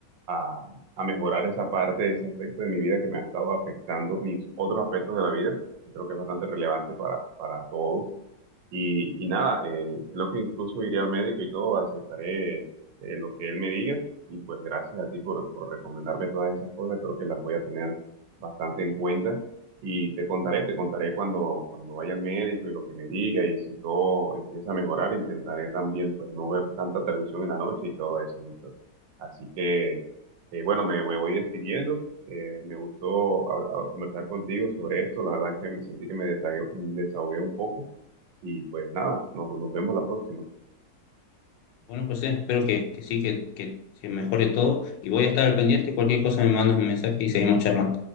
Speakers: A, on the right; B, on the left.
A: a, a mejorar esa parte, ese aspecto de mi vida que me ha estado afectando mis otros aspectos de la vida, que creo que es bastante relevante para, para todos. Y, y nada, eh, creo que incluso iré al médico y todo, aceptaré eh, lo que él me diga y pues gracias a ti por, por recomendarme todas esas cosas. Creo que las voy a tener bastante en cuenta. Y te contaré, te contaré cuando, cuando vaya al médico y lo que me diga. Y si todo empieza a mejorar, intentaré también pues no ver tanta televisión en la noche y todo eso, Víctor. Así que, eh, bueno, me, me voy despidiendo. Eh, me gustó hab- hab- conversar contigo sobre esto. La verdad es que me sentí que me desahogué, desahogué un poco. Y pues nada, nos, nos vemos la próxima.
B: Bueno, José, espero que, que sí, que, que se mejore todo y voy a estar al pendiente. Cualquier cosa me mandas un mensaje y seguimos charlando.